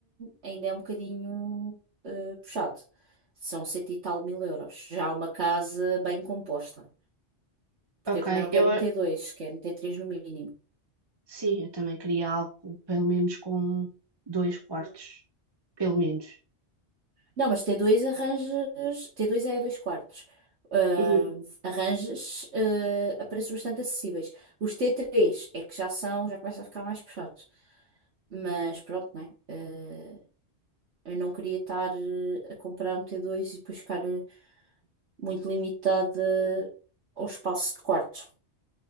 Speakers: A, on the right; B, on the right.
A: ainda é um bocadinho eh, puxado. São cento e tal mil euros. Já uma casa bem composta. Porque
B: Ok,
A: eu também não
B: eu,
A: quero um t dois quero um t três no mínimo.
B: Sim, eu também queria algo pelo menos com dois quartos, pelo menos.
A: Não, mas t dois arranjas. t dois é dois quartos. Ah,
B: Uhum,
A: arranjas eh, a preços bastante acessíveis. Os t três é que já são, já começa a ficar mais puxado. Mas pronto, né? Eh, eu não queria estar eh, a comprar um t dois e depois ficar. eh, muito limitada ao espaço de quartos.